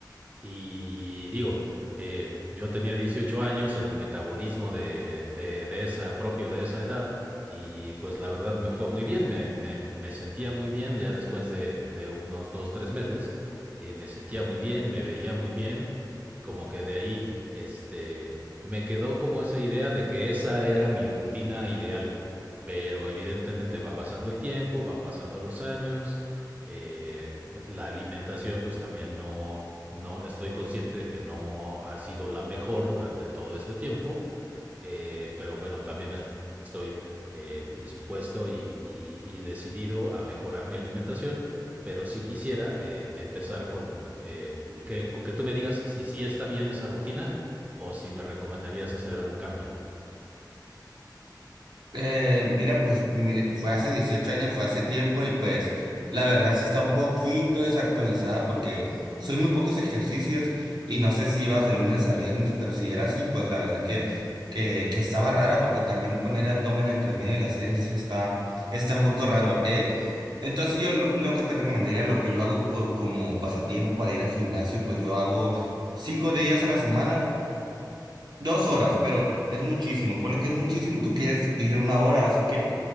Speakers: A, on the right; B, on the right.
A: Y digo, eh, yo tenía 18 años, el metabolismo de, de- de esa, propio de esa edad, y pues la verdad me fue muy bien, me, me- me sentía muy bien, ya después de, de unos dos, tres meses, eh, me sentía muy bien, me veía muy bien, y como que de ahí este, me quedó como esa idea de que esa era mi rutina ideal. Pero evidentemente va pasando el tiempo, van pasando los años, eh, la alimentación pues también no, no estoy consciente de que no ha sido la mejor durante todo este tiempo, eh, pero bueno, también es- estoy eh, dispuesto y, y- y decidido a mejorar mi alimentación, pero sí quisiera eh, empezar con, eh, que, con que tú me digas si sí está bien esa rutina o si me recomendarías hacer algún cambio.
B: Eh, mira, pues mire, fue hace 18 años, fue hace tiempo y pues la verdad sí está un poquito desactualizada porque son muy pocos ejercicios y no sé si ibas de lunes a viernes, pero si era así, pues la verdad que, que, que estaba rara porque también poner abdomen entre medio de las series está, está un poco raro. Eh, entonces yo lo, lo que te recomendaría, lo que yo hago co- como pasatiempo para ir al gimnasio, pues yo hago cinco días a la semana. Dos horas, pero es muchísimo. Ponle que es muchísimo y tú quieres ir una hora. Así que